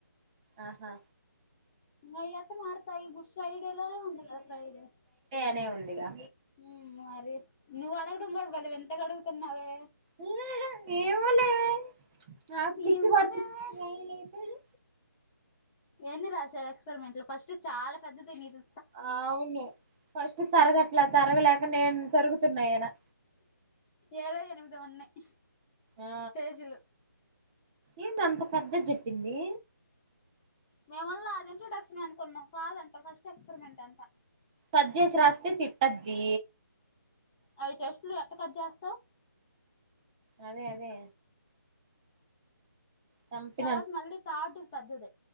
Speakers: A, on the right (about 20°); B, on the left (about 15°).
A: ఆ హా
B: అయి ఎట్టా మారతాయ్ గుడ్ ఫ్రైడే లోనే ఉంది కదా ఫ్రైడే
A: అట్నే ఉందిగా
B: ఊ మరి నువ్వు అడగడం గూడా బలే వింతగా అడుగుతున్నావే
A: ఊ హు ఏమో లేవే నాకు పిచ్చి
B: ఏమోలేవే
A: పడుతుంది వేయలేకనే
B: ఎన్ని రాసావు ఎక్స్పెరిమెంట్లు ఫస్ట్ చాలా పెద్దది నీదు
A: అవును ఫస్ట్ తరగట్లా తరగలేక నేను తరుగుతున్నాయనా
B: ఏడో ఎనిమిదో ఉన్నాయి
A: ఆ..
B: పేజీలు
A: ఏంది అంత పెద్దది చెప్పింది
B: మేము అల్ల అది ఇంట్రొడక్షన్ అనుకున్నాం కాదంట ఫస్ట్ ఎక్స్పెరిమెంట్ అంటా
A: కట్ చేసి రాస్తే తిట్టద్ది
B: అవి టెస్ట్లు ఎట్ట కట్ చేస్తావ్
A: అదే అదే చంపి
B: తర్వాత మళ్ళీ థర్డ్ ది పెద్దది